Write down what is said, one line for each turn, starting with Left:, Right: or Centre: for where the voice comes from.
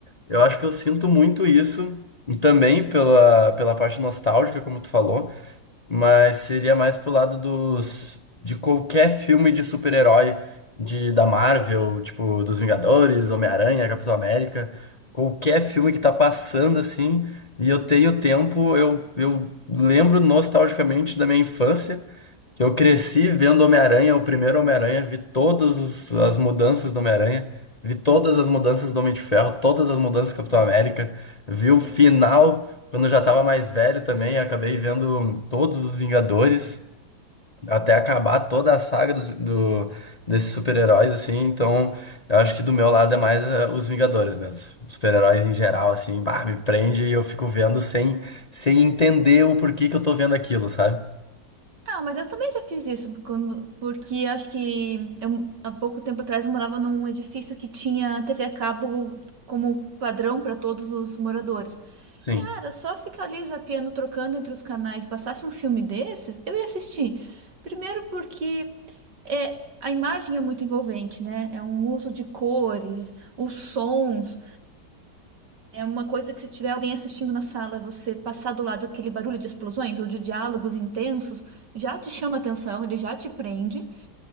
Left: Eu acho que eu sinto muito isso e também pela, pela parte nostálgica, como tu falou mas seria mais pro lado dos de qualquer filme de super-herói de da Marvel, tipo dos Vingadores, Homem-Aranha, Capitão América, qualquer filme que tá passando assim, e eu tenho tempo, eu eu lembro nostalgicamente da minha infância. Que eu cresci vendo Homem-Aranha, o primeiro Homem-Aranha, vi todas os- as mudanças do Homem-Aranha, vi todas as mudanças do Homem de Ferro, todas as mudanças do Capitão América, vi o final quando eu já tava mais velho também, acabei vendo todos os Vingadores, até acabar toda a saga dos- do, desses super-heróis, assim, então eu acho que do meu lado é mais eh, os Vingadores mesmo. Os Super-heróis em geral, assim, bah, me prende e eu fico vendo sem, sem entender o porquê que eu tô vendo aquilo, sabe?
Right: Ah, mas eu também já fiz isso, quando, porque acho que eu, há pouco tempo atrás eu morava num edifício que tinha TV a cabo como padrão para todos os moradores.
Left: Sim.
Right: E, ah, Era só ficar ali zapeando, trocando entre os canais, passasse um filme desses, eu ia assistir. Primeiro porque é, a imagem é muito envolvente, né? É um uso de cores, os sons. É uma coisa que se tiver alguém assistindo na sala e você passar do lado daquele barulho de explosões ou de diálogos intensos, já te chama atenção, ele já te prende.